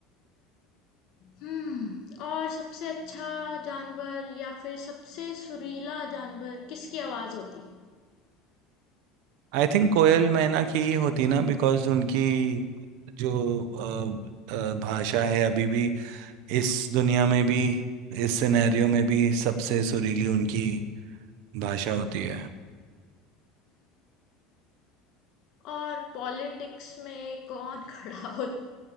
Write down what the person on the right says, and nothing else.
आई थिंक कोयल मैना की ही होती ना बिकॉज उनकी जो अ, अ, भाषा है अभी भी इस दुनिया में भी इस सिनेरियो में भी सबसे सुरीली उनकी भाषा होती